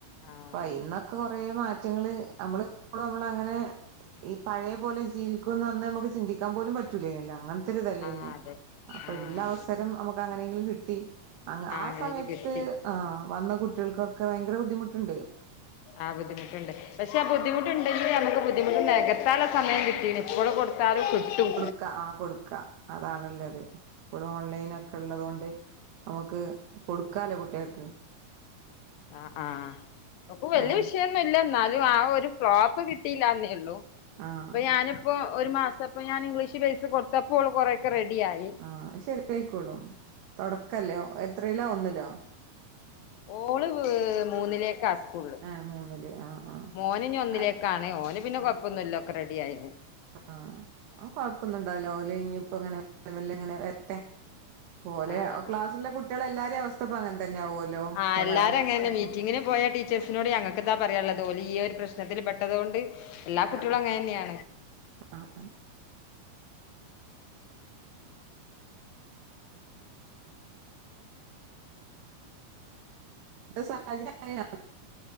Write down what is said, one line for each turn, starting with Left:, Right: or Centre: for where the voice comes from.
Left: ആഹ്
Right: ഇപ്പോ അയിന്നൊക്കെ കൊറ മാറ്റങ്ങള് നമ്മള് ഇപ്പളും നമ്മളങ്ങനെ ഈ പഴേ പോലെ ജീവിക്കുന്ന് അന്ന് നമക്ക് ചിന്തിക്കാൻ പോലും പറ്റൂലെയിന്നല്ലോ അങ്ങ ഒത്തിരി ഇതല്ലയ്ന്നേ
Left: ആഹ് അതെ
Right: അപ്പൊ
Left: ആഹ്
Right: ഉള്ള അവസരം നമുക്ക് അങ്ങനെങ്കിലും കിട്ടി അങ്ങ
Left: ആഹ്
Right: ആ
Left: അങ്ങനെയൊക്കെ
Right: സമയത്ത്
Left: കിട്ടി
Right: ആ വന്ന കുട്ടികൾക്കൊക്കെ ഭയങ്കരം ബുദ്ധിമുട്ടുണ്ട്
Left: ആ ബുദ്ധിമുട്ടുണ്ട് പക്ഷെ ആ ബുദ്ധിമുട്ട്ണ്ടെങ്കിൽ നമുക്ക് ബുദ്ധിമുട്ടു നെകത്താൻ ഉള്ള സമയം കിട്ടീക്ണ് ഇവിടെ കൊടുത്താലും കിട്ടും
Right: ക്ക ആ കൊടുക്ക അതാണ് ഇള്ളത് ഇപ്പോൾ ഓൺലൈനൊക്കെ ഇള്ളതോണ്ട് നമുക്ക് കൊടുക്കാല്ലേ കുട്ടിയാക്ക്
Left: ആഹ് ആഹ് ഓക്ക് വല്ല്യ
Right: അതാണ്
Left: വിഷയ ന്നും ഇല്ല എന്നാലും ആ ഒരു ഫ്ലോപ്പ് കിട്ടിയില്ലന്നേ ഒള്ളൂ
Right: ആഹ്
Left: അപ്പൊ ഞാന് ഇപ്പോ ഒരു മാസം ഇപ്പോ ഞാൻ ഇംഗ്ലീഷ് ബേസ് കൊടുത്തപ്പോ ഓള് കുറേയൊക്കെ റെഡിയായി
Right: ആഹ് ശരിയായിക്കോളും തൊടക്കല്ലേ എത്രയില്ലാ ഒന്നിലോ
Left: ഓള് ഹ് മൂന്നിലേക്കാ കൂളില്
Right: ഏഹ് മൂന്നില് ആഹ് ആഹ്
Left: മോന് ഇനി ഒന്നിലേക്കാണ്
Right: അത്
Left: ഓന് പിന്നെ
Right: ആഹ്
Left: കൊഴപ്പൊന്നുല്ല ഒക്കെ റെഡി ആയിണ്
Right: ആഹ് ഓൻ കൊഴപ്പൊന്നും ഇണ്ടാവൂല ഓല് ഇഞ്ഞിപ്പങ്ങനെ മെല്ല മെല്ലെങ്ങനെ വെരട്ടെ ഓലെ
Left: ആഹ് ആഹ്
Right: ക്ലാസിലുള്ള
Left: ആഹ്
Right: കുട്ടിയാളെ എല്ലാരേ അവസ്ഥപ്പോ അങ്ങനെ തന്നെ ആവുല്ലോ
Left: ആഹ്
Right: ഒരാളെ
Left: എല്ലാരും
Right: മാത്രം
Left: അങ്ങനെന്നെ മീറ്റിങ്ങിന് പോയ ടീച്ചേഴ്സിനോട് ഞങ്ങൾക്കെന്താ പറയാള്ളത് ഓല് ഈ ഒരു പ്രശ്നത്തില് പെട്ടതോണ്ട് എല്ലാ
Right: ആഹ്
Left: കുട്ടികളും അങ്ങനെന്നെയാണ്
Right: <inaudible> <inaudible> <unintelligible> സാഹചര്യം